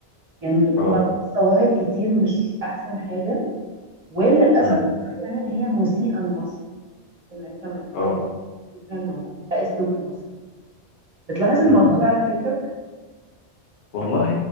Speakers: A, on the right; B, on the left.
A: يعني
B: اه
A: بلاحظ ظواهر كتير مش أحسن حاجة وللأسف
B: مم.
A: بحس كمان إن هي مسيئة لمصر الناس لما تشوفها
B: اه
A: كده فكرة إنه ده أسلوب المصريين بتلاحظ الموضوع
B: مم.
A: ده على تيك توك؟
B: والله